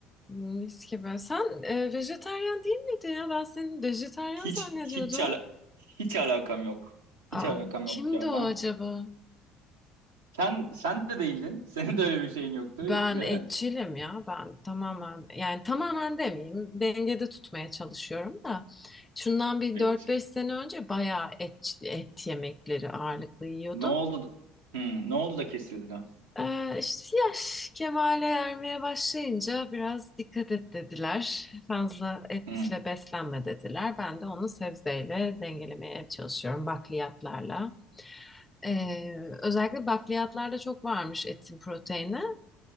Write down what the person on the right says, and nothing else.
Hiç
hiç ala- hiç alakam yok. Hiç
alakam yok
ya.
Ben
sen sen de değildin. <laughs> Senin de öyle bir şeyin yoktu,
değil
mi?
Evet.
Ne oldu? da- Hmm, ne oldu da kesildi?
Hmm.